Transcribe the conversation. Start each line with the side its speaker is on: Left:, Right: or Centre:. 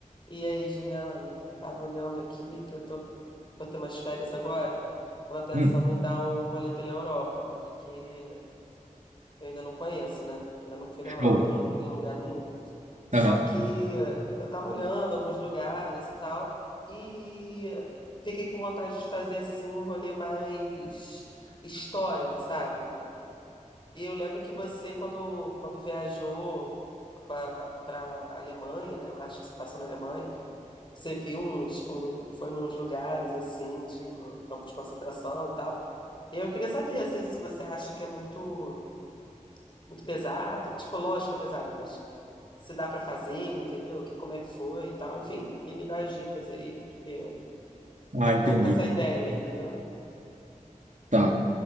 Left: E aí, Juliano? Tava olhando aqui que eu tô, vou ter umas férias agora. Tava pensando
Right: Hum,
Left: em dar um rolê pela Europa, porque eu ainda não conheço, né? Ainda não fui na
Right: show.
Left: Europa em lu- em lugar nenhum. Só
Right: Aham.
Left: que eh, eu tava olhando alguns lugares e tal, e fiquei com vontade de fazer assim um rolê mais histórico, sabe? E eu lembro que você, quando, quando viajou para a Alemanha, né? Eu acho que você passou na Alemanha. Você viu uns, um, foi nos lugares assim de uh, campo de concentração e tal. E eu queria saber assim se você acha que é muito muito pesado, tipo, lógico que é pesado, mas se dá pra fazer, entendeu? Que como é que foi e tal, enfim. E me dá as dicas aí, porque
Right: Ah,
Left: tô,
Right: entendi.
Left: tô com essa ideia, entendeu?
Right: Tá.